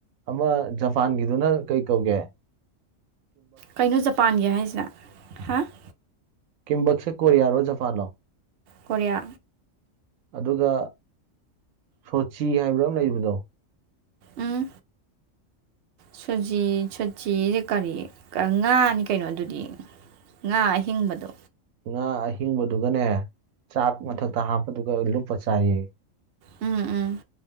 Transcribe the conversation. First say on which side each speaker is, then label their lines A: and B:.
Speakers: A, on the right (about 90°); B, on the right (about 65°).
A: ꯑꯃ ꯖꯄꯥꯟꯒꯤꯗꯨꯅ ꯀꯩꯀꯧꯒꯦ꯫
B: ꯀꯩꯅꯣ ꯖꯄꯥꯟꯒꯤ ꯍꯥꯏꯁꯦ ꯍꯥ ꯫
A: ꯀꯤꯝꯕꯛꯁꯦ ꯀꯔꯤꯌꯔꯣ ꯖꯐꯂꯣ꯫
B: ꯀꯣꯔꯤꯌꯥ
A: ꯑꯗꯨꯒ ꯁꯣꯆꯤ ꯍꯥꯏꯕ꯭ꯔꯥ ꯑꯃ ꯂꯩꯕꯗꯣ꯫ <inaudible>
B: ꯎꯝ ꯁꯨꯖꯤ ꯁꯨꯖꯤ ꯍꯥꯏꯖꯦ ꯀꯔꯤ ꯉꯥꯅꯤ ꯀꯩꯅꯣ ꯑꯗꯨꯗꯤ꯫ ꯉꯥ ꯑꯍꯤꯡꯕꯗꯣ꯫
A: ꯉꯥ ꯑꯍꯤꯡꯕꯗꯨꯒꯅꯦ ꯆꯥꯛ ꯃꯊꯛꯇ ꯍꯥꯞꯄꯗꯨꯒ ꯂꯨꯞꯄ ꯆꯥꯏꯌꯦ꯫
B: ꯎꯝ ꯎꯝ꯫